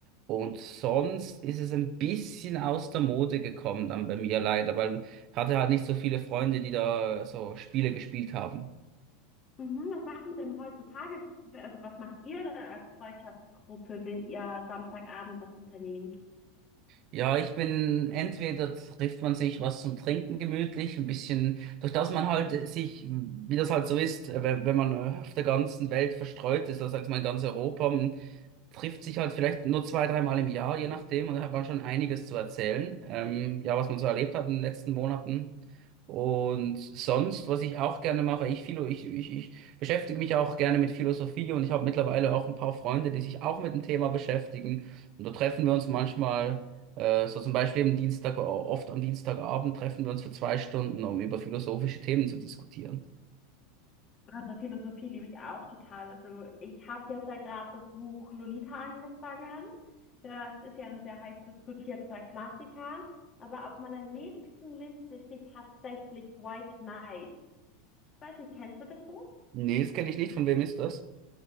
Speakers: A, on the right (about 50°); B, on the left (about 30°).
A: Und sonst ist es ein bisschen aus der Mode gekommen dann bei mir leider, weil hatte halt nicht so viele Freunde, die da so Spiele gespielt haben.
B: Mhm, was machen denn heutzutage, also was macht ihr denn als Freundschaftsgruppe, wenn ihr Samstagabend was unternehmt?
A: Ja, ich bin, entweder trifft man sich was zum Trinken gemütlich, ein bisschen, durch das man halt sich, wie das halt so ist, äh, wenn wenn man äh, auf der ganzen Welt verstreut ist, das sagt man in ganz Europa, man trifft sich halt vielleicht nur zwei, dreimal im Jahr, je nachdem, und da hat man schon einiges zu erzählen, ähm, ja, was man so erlebt hat in den letzten Monaten. Und sonst, was ich auch gerne mache, ich, philo, ich, ich, ich beschäftige mich auch gerne mit Philosophie und ich habe mittlerweile auch ein paar Freunde, die sich auch mit dem Thema beschäftigen. Und da treffen wir uns manchmal äh, so zum Beispiel am Dienstag, äh, oft am Dienstagabend treffen wir uns für zwei Stunden, um über philosophische Themen zu diskutieren.
B: Also Philosophie liebe ich auch total. Also ich habe jetzt ja gerade das Buch Lolita angefangen. Das ist ja ein sehr heiß diskutierter Klassiker. Aber auf meiner nächsten Liste steht tatsächlich White Knight. Ich weiß nicht, kennst du das Buch?
A: Nee, das kenne ich nicht. Von wem ist das?